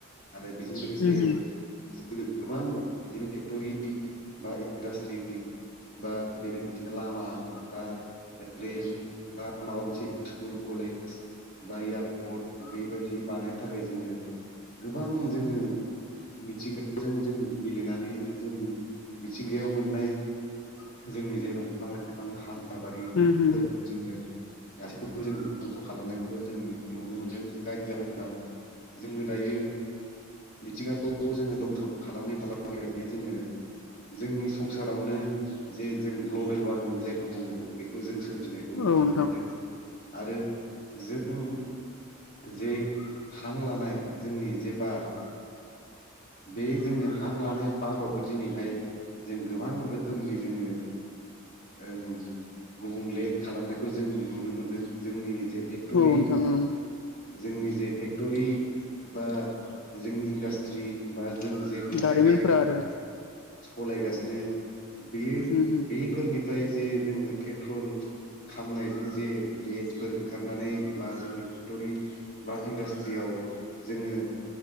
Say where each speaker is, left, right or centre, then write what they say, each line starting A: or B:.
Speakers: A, on the left (about 40°); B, on the left (about 70°).
A: आरो बेजों लोगोसे
B: उम
A: गोबां बिदिनो फेक्ट'रि बा इन्डास्ट्रि बा बेबायदिनो लामा बा रेल बा माबा मोनसे स्कुल कलेज बा एयारपर्ट बेबायदि बानायनो थाखाय जोङो गोबां जोङो मिथिंगाजों जों गेलेनानै जोंनि मिथिंगायाव मोननाय जोंनि जाय दफां लाइफां हाग्राबारिफोर‌
B: उम उम होम
A: खौ जोङो गासैखौबो जों दंस' खालामनायखौ जों नुनो मोनदों जायनि जाहोनाव जोङो दायो मिथिंगाखौ जोङो दंस' खालामै खालामै जोङो जोंनि संसारावनो जे जों ग्लबेल वारमिं जायखौ बुङो बेखौ जों सोमजिनायखौ
B: औ
A: नुनो
B: नोंथां
A: मोनदों
B: नंगौ
A: आरो जों जे हां लानाय जोंनि जे बार बे जोंनि हां लानाय बारावबो दिनैहाय जों गोबां रोखोमनि जोङो ओं गुबुंले खालामनायखौ जों नुनो मोनदों जोंनि जे फेक्टरि
B: औ नोंथां ओम
A: जोंनि जे फेक्टरि बा जोंनि दास्ट्रि बा जों जेखौहाय
B: दारिमिनफोरा
A: गारि मथर
B: आरो
A: सलायगासिनो बे
B: उम होम
A: बेफोरनिफ्राय जे जोङो पेट्रल खामनायजों जे गेसफोर ओंखारनानै बा जोंनि टरि बा इन्डास्ट्रियाव जोङो